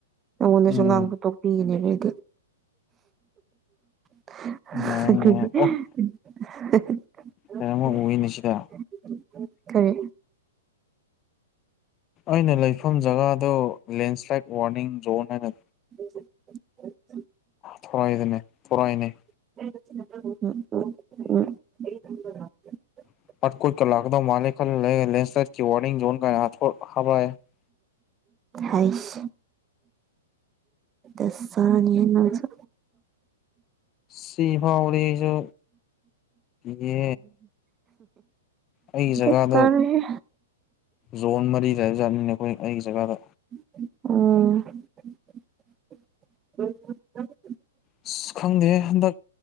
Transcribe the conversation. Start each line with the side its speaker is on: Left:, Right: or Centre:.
Right: ꯅꯉꯣꯟꯗꯁꯨ
Left: ꯎꯝ
Right: ꯉꯥꯡꯕ ꯇꯣꯛꯄꯤꯒꯅꯦꯕ <unintelligible>
Left: ꯌꯥꯏ ꯌꯥꯏ ꯑꯣ ꯀꯩꯅꯣꯃ ꯎꯏꯅꯦ ꯁꯤꯗ
Right: ꯀꯔꯤ
Left: ꯑꯩꯅ ꯂꯩꯐꯝ ꯖꯒꯥꯗꯣ ꯂꯦꯟꯁ꯭ꯂꯥꯏꯠ ꯋꯥꯔꯅꯤꯡ ꯖꯣꯟ ꯍꯥꯏꯅ
Right: <inaudible>
Left: ꯊꯣꯔꯥꯢꯗꯅꯦ ꯊꯣꯔꯥꯏꯅꯦ
Right: <unintelligible>
Left: <unintelligible>
Right: ꯍꯩꯁ ꯇꯁꯅꯤꯍꯦ ꯅꯪꯁꯨ
Left: ꯁꯤꯐꯥꯎꯗꯤ ꯑꯩꯁꯨ ꯌꯦ ꯑꯩꯒꯤ
Right: ꯀꯩꯁꯨ
Left: ꯖꯒꯥꯗꯣ
Right: ꯀꯥꯟꯅꯗꯦꯍꯦ
Left: ꯖꯣꯟ ꯃꯔꯤꯗ ꯖꯅꯤꯅꯦ ꯑꯩꯈꯣꯏ ꯑꯩꯒꯤ ꯖꯒꯥꯗ
Right: ꯑꯣꯥ
Left: ꯑꯁ ꯈꯪꯗꯦ ꯍꯟꯗꯛ